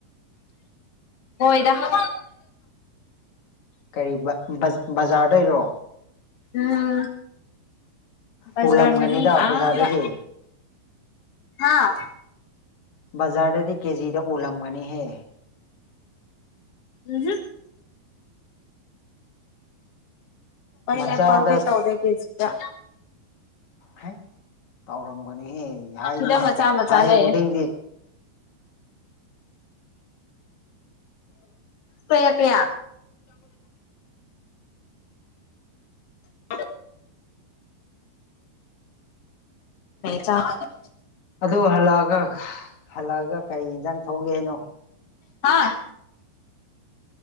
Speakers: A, on the left (about 65°); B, on the left (about 50°).
A: ꯍꯣꯏꯗ ꯍ
B: ꯀꯔꯤ ꯕ ꯕꯖꯥꯔꯗꯩꯔꯣ
A: ꯎꯝ ꯕꯖꯔ
B: ꯑꯣꯜꯂꯝꯒꯅꯤꯗ
A: ꯃꯅꯨꯡ ꯑꯥꯗ
B: ꯕꯖꯥꯔꯗꯗꯤ
A: ꯍꯥꯥ
B: ꯕꯖꯥꯔꯗꯗꯤ ꯀꯦꯖꯤꯗ ꯎꯜꯂꯝꯒꯅꯤꯍꯦ
A: ꯎꯝ ꯄꯥꯢꯅꯦꯄꯜꯗꯤ
B: ꯃꯆꯥꯗ
A: ꯇꯧꯗꯦ ꯀꯦꯖꯤꯗ
B: ꯍꯥꯢ ꯇꯧꯔꯝꯒꯅꯤꯍꯦꯃ
A: ꯁꯤꯗ ꯃꯆꯥ ꯃꯆꯥ
B: ꯍꯥꯏ
A: ꯂꯩꯌꯦ
B: ꯈꯨꯗꯤꯡꯗꯤ
A: ꯀꯌꯥ ꯀꯌꯥ <unintelligible> ꯆ <unintelligible>
B: ꯑꯗꯨ ꯍꯜꯂꯛꯑꯒ ꯍꯜꯂꯛꯑꯒ ꯀꯔꯤ ꯌꯦꯟꯖꯥꯡ ꯊꯣꯡꯒꯦ ꯍꯥꯏꯅꯣ
A: ꯍꯥꯥ